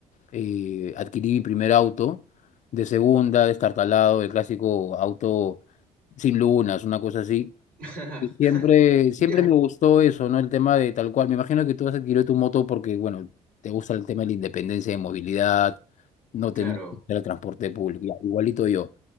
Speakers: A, on the left (about 45°); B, on the right (about 60°).
A: eh, adquirí mi primer auto. De segunda, destartalado, el clásico auto sin lunas, una cosa así.
B: <laughs>
A: Y siempre, siempre
B: Ya.
A: me gustó eso, ¿no? El tema de tal cual. Me imagino que tú has adquirido tu moto porque, bueno, te gusta el tema de la independencia de movilidad, no tener
B: Claro.
A: que usar el transporte público. Ya, Igualito yo.